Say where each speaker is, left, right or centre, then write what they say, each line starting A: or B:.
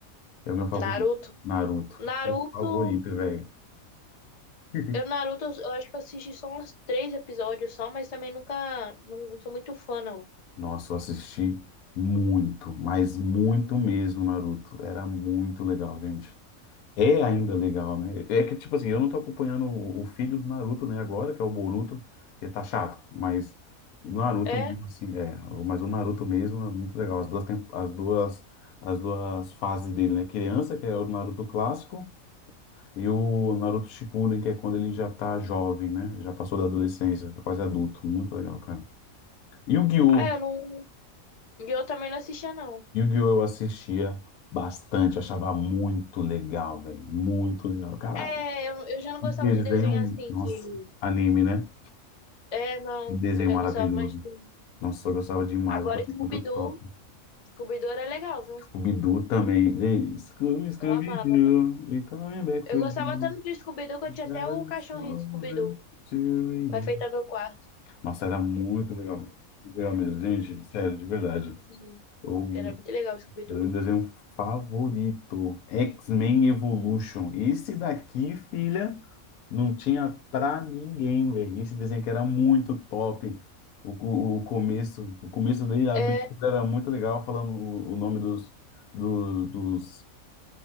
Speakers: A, on the left; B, on the left.
A: É o meu favorito.
B: Naruto.
A: Naruto.
B: Naruto.
A: Meu favorito, velho. <laughs>
B: Eu, Naruto, eu acho que eu assisti só uns três episódios só, mas também nunca. Não, não sou muito fã, não.
A: Nossa, eu assisti muito, mas muito mesmo, Naruto. Era muito legal, gente. É ainda legal, né? É que, tipo assim, eu não tô acompanhando o, o filho do Naruto, né, agora, que é o Boruto, que tá chato, mas o Naruto,
B: É?
A: mesmo, assim, é. o- Mas o Naruto mesmo é muito legal. As duas, tem- as duas, as duas fases dele, né? Criança, que é o Naruto clássico, E o Naruto Shippuden, que é quando ele já tá jovem, né? Já passou da adolescência, tá quase adulto. Muito legal, cara. E o Yu-Gi-Oh!
B: Ah, eu não. E eu também não assistia, não.
A: Yu-Gi-Oh! eu assistia bastante, achava muito legal, velho. Muito legal. Caraca,
B: É, eu, eu já não gostava
A: que desenho.
B: de desenho assim,
A: Nossa,
B: de.
A: anime, né?
B: É, não.
A: Que Desenho
B: Eu já
A: maravilhoso.
B: gostava mais de.
A: Nossa, eu gostava demais,
B: Agora,
A: eu achava
B: Scooby-Doo.
A: muito top.
B: Scooby-Doo era legal, viu?
A: Scooby-Doo também. vem Scooby, Scooby-Doo,
B: Eu amava.
A: we coming back
B: Eu
A: for
B: gostava
A: you.
B: tanto de Scooby-Doo que
A: We
B: eu tinha
A: got
B: até o
A: a
B: cachorrinho
A: song
B: do Scooby-Doo
A: left to
B: pra enfeitar meu quarto.
A: Nossa, era muito legal. Legal mesmo, gente, sério, de verdade.
B: Sim,
A: Eu,
B: era muito legal o Scooby-Doo.
A: era o desenho favorito, X-Men Evolution. Esse daqui, filha, não tinha pra ninguém, velho. Esse desenho que era muito top. O, co- o começo, o começo dele, a
B: É,
A: abertura era muito legal, falando o, o nome dos, dos, dos